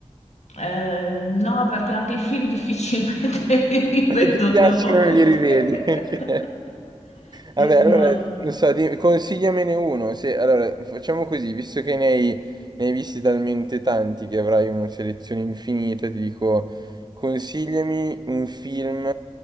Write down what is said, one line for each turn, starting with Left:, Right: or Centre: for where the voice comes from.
Left: Eh, no, perché anche i film difficilmente <laughs> li rivedo
Right: <laughs> Se ti piacciono
Left: due volte.
Right: li rivedi. <laughs> ok.
Left: <laughs>
Right: Vabbè,
Left: Esatto.
Right: allora, non so, di- consigliamene uno. se- allora, facciamo così, visto che ne hai, ne hai visti talmente tanti che avrai una selezione infinita, ti dico, consigliami un film